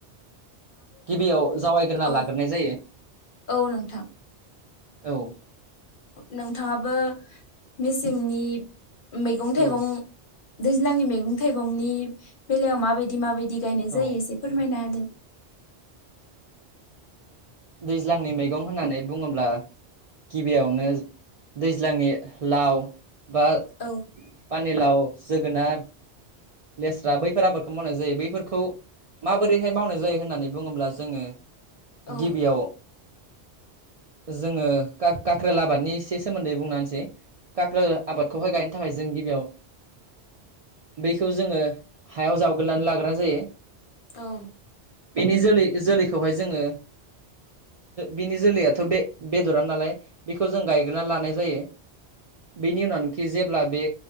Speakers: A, on the right (about 55°); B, on the left (about 55°).
A: गिबियाव जावायग्रोना
B: औ
A: लाग्रोनाय जायो
B: औ नोंथां
A: औ
B: नोंथाङाबो मेसेंनि मैगं
A: औ
B: थाइगं दैज्लांनि मैगं थाइगंनि बेलायाव माबायदि माबायदि गायनाय
A: औ
B: जायो एसे फोरमायनो हादो ।
A: दैज्लांनि मैगं होननानै बुङोब्ला गिबियावनो दैज्लांनि लाव बा
B: औ
A: पानिलाव जोगोनार लेस्रा बैफोर आबादखौ मावनाय जायो बैफोरखौ माबोरैहाय मावनाय जायो होननानै बुङोब्ला जोङो
B: औ
A: गिबियाव जोङो काक्रेल आबादनि एसे सोमोन्दै बुंना होनोसै । काख्रेल आबादखौहाय गायनो थाखाय जों गिबियाव बे बेखौ जोङो हायाव जावायनानै लाग्रोनाय जायो ।
B: औ
A: बेनि जोलै जोलैखौहाय जोङो बिनि जोलैयाथ' बे बेदरा नालाय बेखौ जों गायग्रोनानै लानाय जायो । बेनि उनावनोखि जेब्ला बे